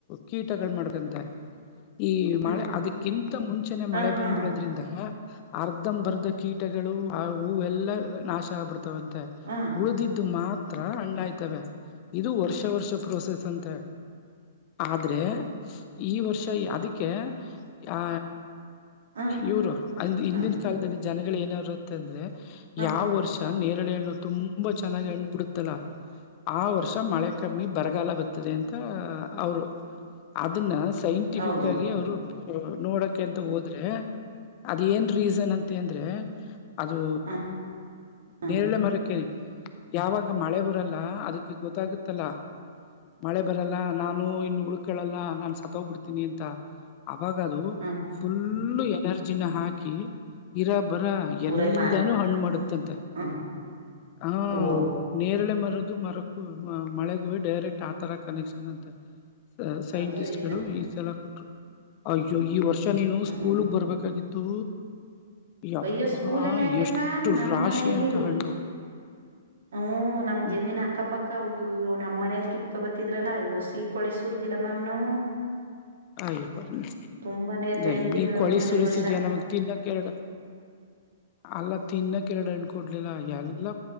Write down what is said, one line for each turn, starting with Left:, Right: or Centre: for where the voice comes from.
Left: ಕೀಟಗಳು ಮಾಡದಂತೆ ಈ ಮಳೆ
Right: ಹ್ಮ್
Left: ಅದಕ್ಕಿಂತ ಮುಂಚೆನೆೇ
Right: ಹಾ
Left: ಮಳೆ
Right: ಹಾ
Left: ಬಂದ್ಬಿಡೋದ್ರಿಂದ ಅರ್ಧಂಬರ್ಧ ಕೀಟಗಳು ಆ ಹೂವೆಲ್ಲಾ ನಾಶ ಆಗ್ಬಿಡ್ತದೆ ತಾವಂತೆ
Right: ಹಾ
Left: ಉಳಿದಿದ್ದು ಮಾತ್ರ ಹತ್ರ ಅಣ್ಣ ಆಯ್ತವೆ ಇದು ವರ್ಷ ವರ್ಷ ಪ್ರೋಸೆಸ್ ಅಂತೆ ಆದ್ರೆ ಈ ವರ್ಷ ಅದಕ್ಕೆ ಆ
Right: ಹ
Left: ಇವರು ಅ ಹಿಂದಿನ
Right: ಹ
Left: ಕಾಲದಲ್ಲಿ ಜನಗಳು ಏನಾರರುಂತ ಅಂದ್ರೆ
Right: ಹ
Left: ಯಾವ ವರ್ಷ ಳ ಹಣ್ಣು ತುಂಬಾ ಚೆನ್ನಾಗಿ ಹಣ್ಣು ಬಿಡುತ್ತಲಾ ಆ ವರ್ಷ ಮಳೆ ಕಮ್ಮಿ ಬರಗಾಲ ಬತ್ತದೆ ಅಂತ ಅವರು ಅದನ್ನ ಸೈಂಟಿಫಿಕ್
Right: ಹೌದು
Left: ಆಗಿ ಅವರು ಅ ನೋಡಕಂತ ಹೋದ್ರೆ ಅದ ಏನ್ ರೀಸನ್ ಅಂತ ಅಂದ್ರೆ ಅದು
Right: ಹ ಹ
Left: ನೇರಳೆ ಮರಕ್ಕೆನೆ ಯಾವಾಗ ಮಳೆ ಬರಲ್ಲ ಅದಕ್ಕೆ ಗೊತ್ತಾಗತ್ತಲ್ಲ ಮಳೆ ಬರಲ್ಲ ನಾನು ಇನ್ನು ಹುಡುಕ್ಕೇಳಲ್ಲ ನಾನ್ ಸತ್ತೋಗ್ಬಿಡ್ತೀನಿ ಅಂತ ಅವಾಗದು
Right: ಹ
Left: ಫುಲ್ಲು ಎನರ್ಜಿನ ಹಾಕಿ ಇರ ಬರ ಎಲ್ಲಾನೂ
Right: ಊರೈ ಮಾತ್
Left: ಹಣ್ಣು ಮಾಡುತ್ತಂತೆ
Right: ಹ
Left: ಹ
Right: ಓ
Left: ನೇರಳೆ ಮರದ ಇದು ಮರಕ್ಕ ಮಳೆಗ ಹ ಡೈರೆಕ್ಟ್ ಆತರ ಕನೆಕ್ಷನ್ ಅಂತ ಸೈಂಟಿಸ್ಟ್
Right: ಅದು ರೀಸನ್
Left: ಗಳು ಈ ಸಲ ಕೊಟ್ರು ಅಯ್ಯೋ ಈ ವರ್ಷ ನೀನು
Right: ಹ
Left: ಸ್ಕೂಲ್ಗ್
Right: ಹ
Left: ಬರ್ಬೇಕಾಗಿತ್ತು ಅಬ್ಬ
Right: ಅಯ್ಯೋ ಸ್ಕೂಲಲ್ಲಿ ಯಾಕೆ
Left: ಎಷ್ಟು
Right: ಮ್ಯಾಮ್ ನಮ್ಮ
Left: ರಾಶಿ
Right: ಇಲ್ಲಿ
Left: ಅಂತ ಹಣ್ಣು
Right: ಹ್ಮ್ ನಮ್
Left: ಹ್ಮ್
Right: ಜಮೀನ್ ಅಕ್ಕಪಕ್ಕ ಅಯ್ಯಯ್ಯೋ ನ ನಮ್ಮ್ ಮನೇಲಿ ಕಿತ್ಕೊ ಬತ್ತಿದ್ರಲ್ಲಾ ಹೊಸಿ ಕೊಳಸರ್ದಿಲ್ಲ ಮ್ಯಾಮ್ ನಾವು
Left: ಅಯ್ಯ
Right: ತುಂಬಾ ನೇರ್ಲೆ ಏನ್ ತಿನ್ವಿ
Left: ನೀ ಕೊಳಿ
Right: ಒಟ್ನಲ್ಲಿ
Left: ಸುರಿಸಿದ್ಯಾ
Right: ಈ ವರ್ಷ
Left: ನಮಗ್ ತಿನ್ನಾ ಕೆರಡು ಅಲ್ಲ ತಿನ್ನ ಕೆರಡು ಅಣಕೊಡ್ಲಿಲ್ಲ ಎಲ್ಲ